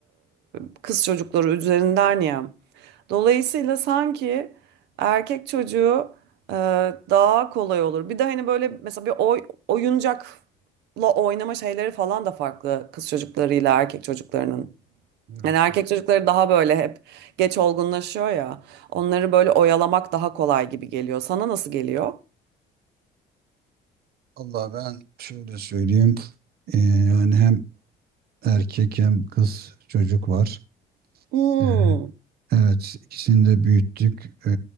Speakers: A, on the right; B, on the right.
A: e, kız çocukları üzerinden ya. Dolayısıyla sanki erkek çocuğu e, daha kolay olur. Bir de hani böyle mesela bir oy, oyuncakla oynama şeyleri falan da farklı kız çocuklarıyla erkek çocuklarının.
B: Evet.
A: Yani erkek
B: dur.
A: çocukları daha böyle hep geç olgunlaşıyor ya. Onları böyle oyalamak daha kolay gibi geliyor. Sana nasıl geliyor?
B: Allah ben şöyle söyleyeyim. Ee, yani hem erkek hem kız çocuk var.
A: Hmm.
B: Ee, Evet, ikisini de büyüttük. Ee,